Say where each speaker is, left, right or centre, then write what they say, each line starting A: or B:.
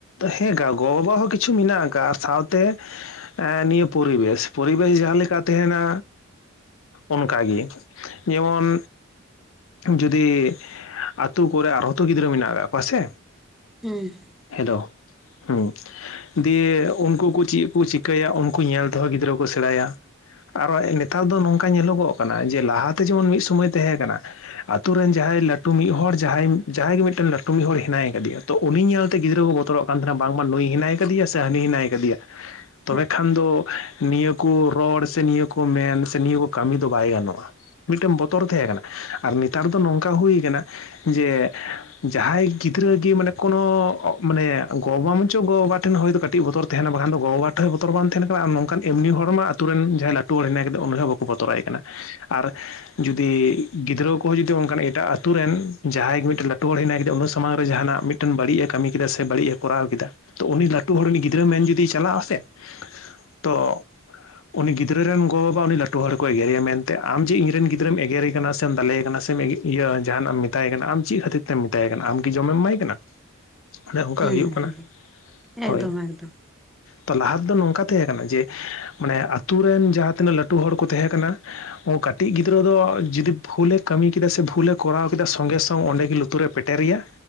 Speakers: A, on the left; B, in the centre.
A: ᱦᱮᱸᱠᱟ ᱜᱚ ᱵᱟᱵᱟ ᱦᱚᱸ ᱠᱤᱪᱷᱩ ᱢᱮᱱᱟᱜ ᱟᱠᱟᱜ-ᱟ ᱥᱟᱶᱛᱮ ᱮᱸᱻᱱᱤᱭᱟᱹ ᱯᱚᱨᱤᱵᱮᱥ, ᱯᱚᱨᱤᱵᱮᱥ ᱡᱟᱦᱟ ᱞᱮᱠᱟ ᱛᱟᱸᱦᱮᱱᱟ ᱚᱱᱠᱟᱜᱮ ᱡᱮᱢᱚᱱ ᱡᱩᱫᱤ ᱟᱹᱛᱩ ᱠᱚᱨᱮ ᱟᱨ ᱦᱚᱸ ᱛᱚ ᱜᱤᱫᱽᱨᱟᱹ ᱢᱮᱱᱟᱜ ᱠᱟᱜ ᱠᱚᱣᱟ ᱥᱮ
B: ᱦᱩᱸ᱾
A: ᱦᱮᱞᱳ ᱦᱩᱸ᱾ ᱫᱤᱭᱮ ᱩᱱᱠᱩ ᱠᱚ ᱪᱮᱫ ᱠᱚ ᱪᱤᱠᱟᱹᱭᱟ ᱩᱱᱠᱩ ᱧᱮᱞ ᱛᱮᱦᱚᱸ ᱜᱤᱫᱽᱨᱟᱹ ᱠᱚ ᱥᱮᱲᱟᱭ-ᱟ᱾ ᱟᱨᱚ ᱮ ᱱᱮᱛᱟᱨ ᱫᱚ ᱱᱚᱝᱠᱟ ᱧᱮᱞᱚ ᱜᱚᱜ ᱠᱟᱱᱟ ᱡᱮ ᱞᱟᱦᱟ ᱛᱮ ᱡᱮᱢᱚᱱ ᱢᱤᱫ ᱥᱚᱢᱚᱭ ᱛᱟᱦᱮᱸ ᱠᱟᱱᱟ ᱟᱛᱩ ᱨᱮᱱ ᱡᱟᱦᱟᱭ ᱞᱟᱹᱴᱩ ᱢᱤᱫ ᱦᱚᱲ ᱡᱟᱦᱟᱭ ᱡᱟᱦᱟᱭ ᱜᱮ ᱢᱤᱫᱴᱮᱱ ᱞᱟᱹᱴᱩ ᱢᱤᱫ ᱦᱚᱲ ᱦᱮᱱᱟᱭᱟ ᱠᱟᱫᱮᱭᱟ ᱛᱚ ᱩᱱᱤ ᱧᱮᱞᱛᱮ ᱜᱤᱫᱽᱨᱟᱹ ᱠᱚ ᱵᱚᱛᱚᱨᱚᱜ ᱠᱟᱱ ᱛᱟᱦᱮᱱᱟ ᱵᱟᱝ ᱢᱟ ᱱᱩᱭ ᱦᱮᱱᱟᱭ ᱠᱟᱹᱫᱤᱭᱟ ᱥᱮ ᱦᱟᱱᱤ ᱦᱮᱱᱟᱭ ᱠᱟᱫᱤᱭᱟ
B: <unintelligible>
A: ᱛᱚᱵᱮ ᱠᱷᱟᱱ ᱫᱚ ᱱᱤᱭᱟᱹ ᱠᱚ ᱨᱚᱲ ᱥᱮ ᱱᱤᱭᱟᱹ ᱠᱚ ᱢᱮᱱ ᱥᱮ ᱱᱤᱭᱟᱹ ᱠᱚ ᱠᱟᱹᱢᱤ ᱫᱚ ᱵᱟᱭ ᱜᱟᱱᱚᱜ-ᱟ᱾ ᱢᱤᱫᱴᱮᱱ ᱵᱚᱛᱚᱨ ᱛᱟᱦᱮᱸ ᱠᱟᱱᱟ᱾ ᱟᱨ ᱱᱮᱛᱟᱨ ᱫᱚ ᱱᱚᱝᱠᱟ ᱦᱩᱭ ᱠᱟᱱᱟ ᱡᱮ
B: <unintelligible>
A: ᱡᱟᱦᱟᱭ ᱜᱤᱫᱽᱨᱟᱹ ᱜᱮ ᱢᱟᱱᱮ ᱠᱳᱱᱚ ᱢᱟᱱᱮ ᱜᱚ ᱵᱟ ᱢᱟᱪᱚ ᱜᱚ ᱵᱟᱵᱟ ᱴᱷᱮᱱ ᱦᱚᱭ ᱛᱚ ᱠᱟᱹᱴᱤᱡ ᱵᱚᱛᱚᱨ ᱛᱟᱦ ᱵᱟᱠᱷᱟᱱ ᱫᱚ ᱜᱚᱜᱚ ᱵᱟᱵᱟ ᱴᱷᱮᱱ ᱦᱚᱸ ᱵᱚᱛᱚᱨ ᱵᱟᱝᱱᱟ ᱵᱟᱠᱷᱟᱱ ᱫᱚ ᱜᱚ ᱵᱟᱵᱟ ᱴᱷᱮᱡ ᱵᱚᱛᱚᱨ ᱵᱟᱝ ᱛᱟᱦᱮᱱ ᱠᱟᱱᱟ᱾ ᱟᱨ ᱱᱚᱝᱠᱟᱱ ᱮᱢᱱᱤ ᱦᱚᱲ ᱢᱟ ᱟᱛᱩ ᱨᱮᱱ ᱡᱟᱦᱟᱭ ᱞᱟᱹᱴᱩ ᱦᱚᱲ ᱦᱮᱱᱟᱭ ᱠᱟᱫᱮ ᱩᱱᱤ ᱦᱚᱸ ᱵᱟᱠᱚ ᱵᱚᱛᱚᱨᱟᱭ ᱠᱟᱱᱟ᱾ ᱟᱨ ᱡᱩᱫᱤ ᱜᱤᱫᱽᱨᱟᱹ ᱠᱚᱦᱚᱸ ᱡᱩᱫᱤ ᱚᱱᱠᱟᱱ ᱮᱴᱟᱜ ᱟᱛᱳ ᱨᱮᱱ ᱡᱟᱦᱟᱭ ᱜᱮ ᱢᱤᱫᱴᱟᱱ ᱞᱟᱹᱴᱩ ᱦᱚᱲ ᱦᱮᱱᱟᱭ ᱠᱮᱫᱟ᱾ ᱩᱱᱟᱹ ᱦᱚᱲ ᱥᱟᱢᱟᱝ ᱨᱮ ᱡᱟᱦᱟᱱᱟᱜ ᱢᱤᱫᱴᱮᱱ ᱵᱟᱹᱲᱤᱡ ᱮ ᱠᱟᱹᱢᱤ ᱠᱮᱫᱟ ᱥᱮ ᱵᱟᱹᱲᱤᱡ ᱮ ᱠᱚᱨᱟᱣ ᱠᱮᱫᱟ᱾ ᱛᱚ ᱩᱱᱤ ᱞᱟᱹᱴᱩ ᱦᱚᱲ ᱜᱤᱫᱽᱨᱟᱹ ᱢᱮᱱ ᱡᱩᱫᱤᱭ ᱪᱟᱞᱟᱜ-ᱟ ᱥᱮ
B: <inaudible>
A: ᱛᱚ ᱩᱱᱤ ᱜᱤᱫᱽᱨᱟᱹ ᱨᱮᱱ ᱜᱚ ᱵᱟᱵᱟ ᱩᱱᱤ ᱞᱟᱹᱴᱩ ᱦᱚᱲ ᱠᱚ ᱮᱜᱨᱮᱭᱟ ᱢᱮᱱᱛᱮ ᱟᱢ ᱡᱮ ᱤᱧ ᱨᱮᱱ ᱜᱤᱫᱽᱟᱹᱢ ᱮᱜᱮᱨᱮ ᱠᱟᱱᱟ ᱥᱮᱢ ᱫᱟᱞᱮ ᱠᱟᱱᱟ ᱥᱮᱢ ᱤᱭᱟᱹ ᱡᱟᱦᱟᱱᱟᱜ ᱮᱢ ᱢᱮᱛᱟᱭ ᱠᱟᱱᱟ ᱟᱢ ᱪᱮᱫ ᱠᱷᱟᱹᱛᱤᱨ ᱛᱮᱢ ᱢᱮᱛᱟᱭ ᱠᱟᱱᱟ ᱟᱢ ᱠᱤ ᱡᱚᱢᱮᱢ ᱮᱢᱟᱭ ᱠᱟᱱᱟ? ᱚᱱᱮ ᱚᱱᱠᱟ
B: ᱦᱩᱸ
A: ᱦᱩᱭᱩᱜ ᱠᱟᱱᱟ
B: ᱦᱩᱸ
A: ᱦᱳᱭ
B: ᱮᱠᱫᱚᱢ ᱮᱠᱫᱚᱢ
A: ᱛᱚ ᱞᱟᱦᱟ ᱛᱮᱫᱚ ᱱᱚᱝᱠᱟ ᱛᱟᱦᱮᱸ ᱠᱟᱱᱟ ᱡᱮ ᱢᱟᱱᱮ ᱟᱛᱩ ᱨᱮᱱ ᱡᱟᱦᱟᱸ ᱛᱤᱱᱟᱹᱜ ᱞᱟᱹᱴᱩ ᱦᱚᱲ ᱠᱚ ᱛᱟᱦᱮᱸ ᱠᱟᱱᱟ᱾ ᱠᱟᱹᱴᱤᱡ ᱜᱤᱫᱽᱨᱟᱹ ᱫᱚ ᱡᱩᱫᱤ ᱵᱷᱩᱞᱮ ᱠᱟᱹᱢᱤ ᱠᱮᱫᱟ ᱥᱮ ᱵᱷᱩᱞᱮ ᱠᱚᱨᱟᱣ ᱠᱮᱫᱟ ᱥᱚᱸᱜᱮ ᱥᱚᱝ ᱛᱚ ᱚᱸᱰᱮ ᱜᱮ ᱞᱩᱛᱩᱨᱮ ᱯᱮᱴᱮᱨ ᱨᱮᱭᱟ